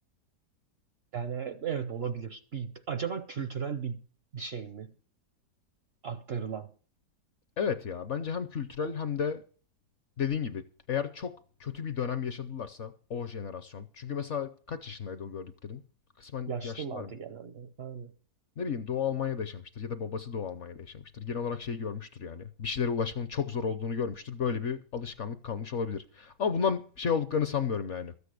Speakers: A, on the right; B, on the left.
A: Yani evet olabilir. Bir, acaba kültürel bir, bir şey mi aktarılan?
B: Evet ya bence hem kültürel hem de dediğin gibi eğer çok kötü bir dönem yaşadılarsa o jenerasyon. Çünkü mesela kaç yaşındaydı o gördüklerin? Kısmen
A: Yaşlılardı
B: yaşlılar mı?
A: genelde. Aynen.
B: Ne bileyim Doğu Almanya'da yaşamıştır ya da babası Doğu Almanya'da yaşamıştır. Genel olarak şey görmüştür yani. Bir şeylere ulaşmanın çok zor olduğunu görmüştür. Böyle bir alışkanlık kalmış olabilir. Ama bundan şey olduklarını sanmıyorum yani.